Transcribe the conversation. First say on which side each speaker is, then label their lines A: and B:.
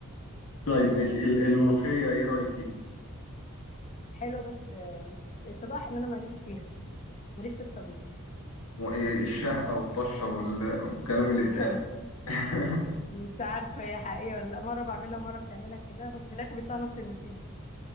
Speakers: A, on the left (about 75°); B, on the left (about 30°).
A: طيب ماشي ال- الملوخيه ايه رايك فيها؟
B: حلو بس آه، اتضح ان انا ماليش فيها ماليش في الطبيخ
A: وإيه الشهقه والطشه وال- والكلام اللي
B: <laughs>
A: بيتقال <laughs>
B: مش عارفه هي حقيقيه ولا لا مره بعملها ومره بتعملها كده بس في الاخر بيطلع نفس النتيجه